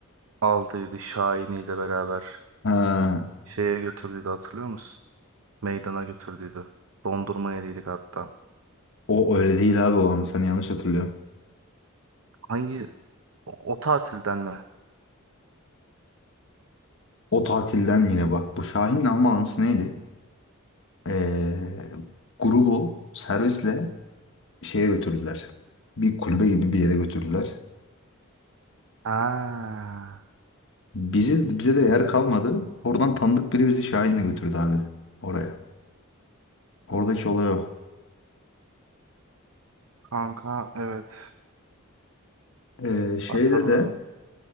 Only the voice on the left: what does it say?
Ha,
o öyle değil abi o anı. Sen yanlış hatırlıyorsun.
O tatilden yine bak. Bu Şahin'in alma anısı neydi? Ee, grubu servisle şeye götürdüler. Bir kulübe gibi bir yere götürdüler.
Bizi, bize de yer kalmadı. Oradan tanıdık biri bizi Şahin'le götürdü abi. Oraya. Oradaki olay o.
Ee, şeyde
de